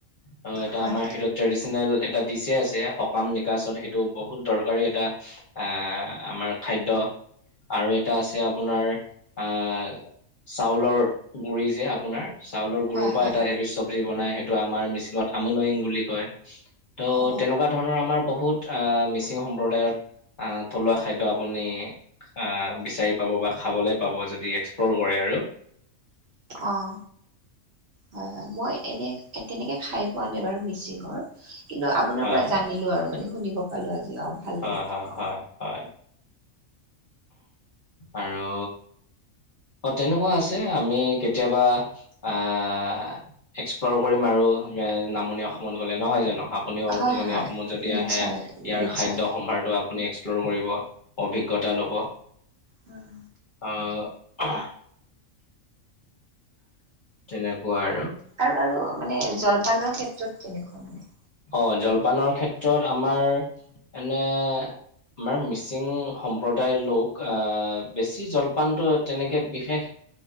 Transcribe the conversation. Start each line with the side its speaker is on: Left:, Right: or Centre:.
Left: আৰু এটা
Right: হয়
Left: আমাৰ সেইটো ট্ৰেডিচনেল- এটা টিছে আছে সকাম নিকাচত সেইটো বহুত দৰকাৰী এটা- আহ আমাৰ খাদ্য। আৰু এটা আছে আপোনাৰ- আহ চাউলৰ গুৰি যে আপোনাৰ চাউলৰ গুৰিৰ
Right: হয়
Left: পৰা
Right: হয়
Left: এটা এবিধ- বনাই সেইটো আমাৰ মিচিঙত আমনয়ং বুলি কয়। ত'
Right: অ
Left: তেনেকুৱা- ধৰণৰ আমাৰ বহুত আহ মিচিং সম্প্ৰদায়ত আহ থলুৱা খাদ্য আপুনি আহ বিচাৰি পাব বা খাবলৈ পাব যদি এক্সপ্লৰ কৰে আৰু।
Right: অঁ। হয় হয়। মই এনেই তেনেকে খাই পোৱা নাই বাৰু মিচিংঙৰ। কিন্তু আপোনাৰ
Left: হয়
Right: পৰা জানিলো আৰু মানে শুনিব পালো আজি অ। ভাল
Left: হয়
Right: লাগিল
Left: হয়
Right: অ
Left: হয় হয়। আৰু অ তেনেকুৱা আছে। আমি কেতিয়াবা আহ- এক্সপ্লৰ কৰি মাৰো নামনি অসমত গ'লে নহয় জানো। আপনি
Right: হয়
Left: উজনি
Right: হয়
Left: অসমত যদি
Right: নিশ্চয়
Left: আহে ইয়াৰ
Right: নিশ্চয়
Left: খাদ্য সম্ভাৰটো আপুনি এক্সপ্ল'ৰ কৰিব। অভিজ্ঞতা লব।
Right: উম।
Left: আহ', তেনেকুৱা আৰু।
Right: আৰু আৰু মানে জলপানৰ ক্ষেত্ৰত কেনেকুৱা মানে?
Left: অ', জলপানৰ ক্ষেত্ৰত আমাৰ মানে- আমাৰ মিচিং সম্প্ৰদায়ৰ লোক বেছি জলপানটো তেনেকৈ বিশেষ-